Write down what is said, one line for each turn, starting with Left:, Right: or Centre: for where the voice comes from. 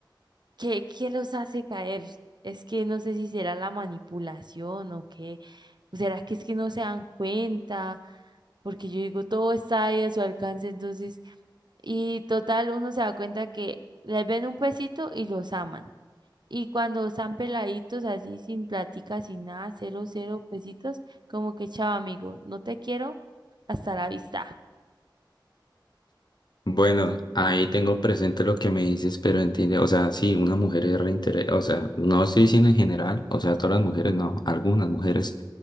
Right: ¿qué, qué los hace caer? Es que no sé si será la manipulación o qué, o será que es que no se dan cuenta, porque yo digo, todo está ahí a su alcance, entonces, y total, uno se da cuenta que les ven un pesito y los aman. Y cuando están peladitos así, sin plática, sin nada, cero, cero pesitos, como que chao amigo, no te quiero, hasta la vista.
Left: Bueno, ahí tengo presente lo que me dices, pero entiende, o sea, sí, una mujer es reinteres, o sea, no estoy diciendo en general, o sea,
Right: Sí.
Left: todas las mujeres, no, algunas mujeres